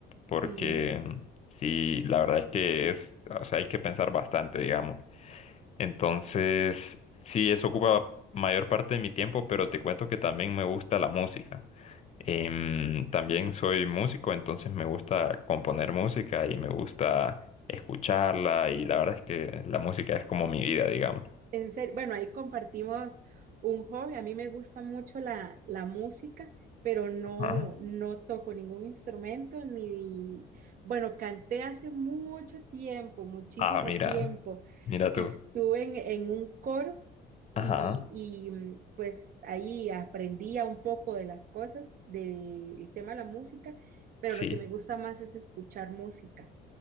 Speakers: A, on the left (about 35°); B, on the right (about 50°).
A: porque
B: Sí,
A: sí, la verdad es que es, o sea, hay que pensar bastante, digamos. Entonces, sí, eso ocupa mayor parte de mi tiempo, pero te cuento que también me gusta la música. Em, también soy músico, entonces me gusta componer música y me gusta escucharla y la verdad es que la música es como mi vida, digamos.
B: En serio, bueno, ahí compartimos un hobby. A mí me gusta mucho la, la música, pero no,
A: Ajá.
B: no toco ningún instrumento ni, bueno, canté hace mucho tiempo, muchísimo
A: Ah, mira,
B: tiempo,
A: mira
B: que
A: tú.
B: estuve en, en un coro y,
A: Ajá,
B: y mm, pues ahí aprendía un poco de las cosas, del tema de la música, pero
A: sí.
B: lo que me gusta más es escuchar música.